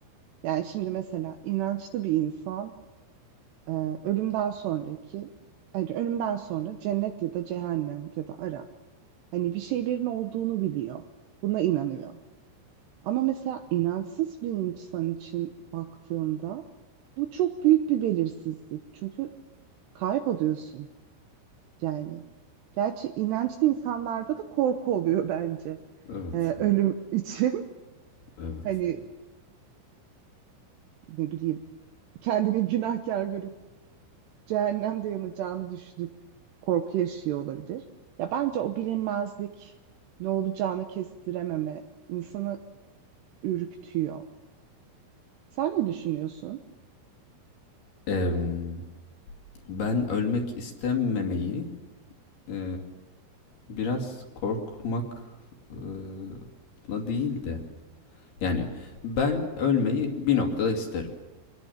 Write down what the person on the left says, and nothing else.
Evet,
evet.
Em, ben ölmek istememeyi e, biraz korkmakla değil de yani ben ölmeyi bir noktada isterim.